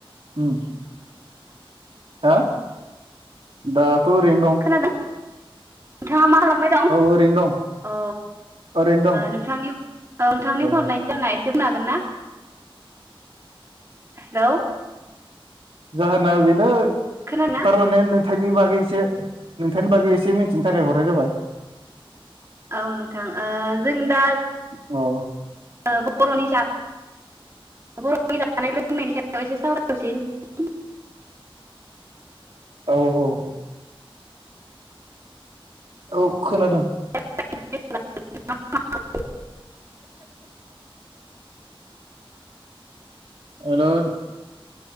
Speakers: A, on the right; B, on the right.
A: उम हो दा दाथ' ओरैनो दं।
B: खोनादों नोंथाङा मा खालाम बाय दं औ
A: ओरैनो दं
B: ओ
A: ओरैनो
B: नोंथांनि औ नोंथांनि
A: दं
B: फननायनि जानाय एसे बुंनो हागोन ना? हेलौ
A: जाहोना बेनो
B: खोनादोंना
A: थारमाने नोंथांनि बागै एसे नोंथांनि बागै एसे मिथिनो थाखाय हरनाय जाबाय।
B: औ नोंथां ओ जों दा
A: औ
B: <unintelligible> जानाय लोंनायनि सायाव एसे सावरायनोसै
A: औ औ औ खोनादों।
B: <unintelligible>
A: हेल'